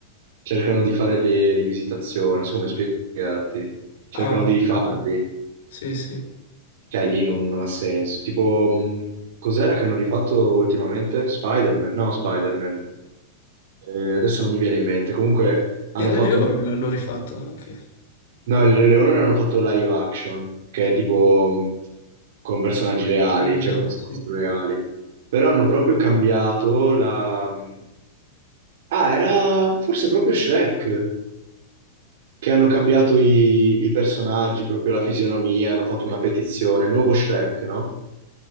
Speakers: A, on the right; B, on the left.
A: cercano di fare le rivisitazioni, non so come spiegarti, cercano
B: Ah,
A: di
B: ho
A: rifarli.
B: capito. Sì, sì. Il
A: Cioè, lì non, non ha senso. Tipo, mh, cos'era che hanno rifatto ultimamente? Spider-Man? No, Spider-Man. Eh, adesso non mi viene in mente. Comunque, hanno
B: Re
A: fatto
B: Leone
A: un...
B: l'hanno rifatto anche.
A: No, il Re Leone l'hanno fatto live action, che è tipo mh, con personaggi reali,
B: Sì, esatto,
A: cioè come se
B: sì.
A: fossero reali. Però hanno proprio cambiato la... mm, Ah, era forse proprio Shrek, che hanno cambiato i, i personaggi, proprio la fisionomia, hanno fatto una petizione, il nuovo Shrek, no?